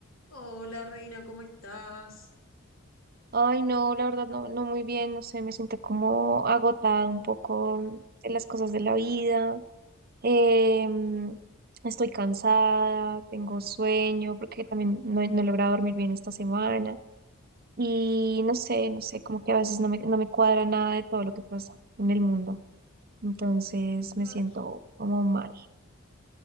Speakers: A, on the left; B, on the right.
A: Hola Reina, ¿cómo estás?
B: Ay, no, la verdad no, no muy bien, no sé, me siento como agotada un poco de las cosas de la vida. eh, mm, estoy cansada, tengo sueño, porque también no, he no he logrado dormir bien esta semana. Y no sé, no sé, como que a veces no me, no me cuadra nada de todo lo que pasa en el mundo. Entonces me
A: Ay,
B: siento como mal.